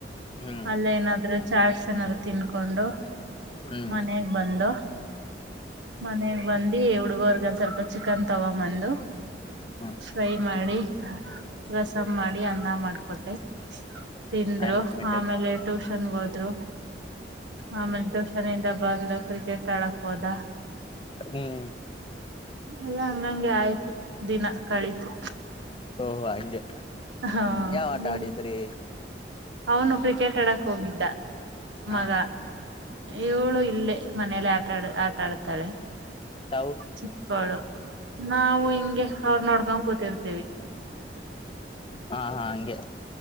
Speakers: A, on the left; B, on the right.
A: ಹ್ಮ್
B: ಅಲ್ಲೇ ಏನಾದ್ರು ಚಾರ್ಟ್ಸ್ ಏನಾದ್ರು ತಿನ್ಕೊಂಡು
A: ಹ್ಮ್
B: ಮನೆಗ್ ಬಂದು ಮನೆಗ್ ಬಂದಿ ಹುಡುಗ್ರಿಗ್ ಒಂದ ಸ್ವಲ್ಪ ಚಿಕನ್ ತಗೊ ಬಂದು
A: ಹ್ಮ್
B: ಫ್ರೈ ಮಾಡಿ ರಸಮ ಮಾಡಿ ಅನ್ನ ಮಾಡ್ಕೊಟ್ಟೆ ತಿಂದ್ರು
A: ಐ ಆಮ್ ಕಮಿಟೆಡ್
B: ಆಮೇಲೆ ಟುಶನ್ಗ್ ಹೋದ್ರು ಆಮೇಲೆ ಟ್ಯೂಶನ್ ನಿಂದ ಬಂದು ಕ್ರಿಕೆಟ್ ಆಡಕ್ ಹೋದ
A: ಹ್ಮ್
B: ಎಲ್ಲಾ ಹಂಗಂಗೆ ಆಯ್ತು. ದಿನ ಕಳಿತು
A: ಓಹೋ ಹಂಗೆ
B: ಹಾ
A: ಯಾವ ಆಟ
B: ನೀವು
A: ಆಡಿದ್ರಿ
B: ಅವನು ಕ್ರಿಕೆಟ್ ಆಡಕ್ ಹೋಗಿದ್ದ
A: ಹಾ
B: ಮಗ ಏಳು ಇಲ್ಲೇ ಮನೇೆಯಲ್ಲಿ ಆಟಾಡ ಆಟಾಡ್ುತ್ತಾಳೆ
A: ತಾವು
B: ಚಿಕ್ಕಾಳ ನಾವು ಹಿಂಗೆ ಅವ್ರ ನೋಡ್ಕೊಂಡ್ ಕೂತಿರ್ತೇವಿ
A: ಹಾ ಹಾ ಹಗೆ